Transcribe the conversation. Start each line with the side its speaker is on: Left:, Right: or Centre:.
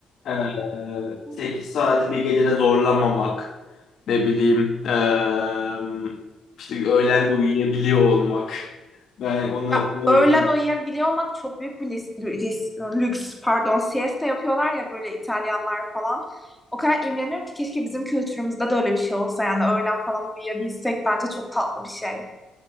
Left: eee
Centre: <laughs>
Left: 8 saati bir gecede zorlamamak ne bileyim eee, işte öğlen de uyuyabiliyor olmak. Ben onları,
Centre: Ya
Left: onları
Centre: öğlen uyuyabiliyor olmak çok büyük bir lis- lü- lis- lüks. Pardon, siesta yapıyorlar ya böyle İtalyanlar falan. O kadar imreniyorum ki keşke bizim kültürümüzde de öyle bir şey olsa yani öğlen falan uyuyabilsek bence çok tatlı bir şey.